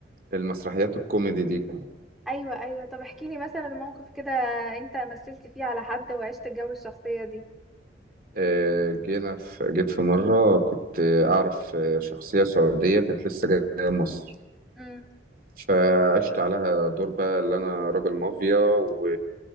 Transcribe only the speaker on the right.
المسرحيات الكوميدي دي
اه جينا في جيت في مرة كنت اعرف شخصية سعودية كانت لسه جاية مصر
فعشت عليها دور بقى اللي انا راجل مافيا و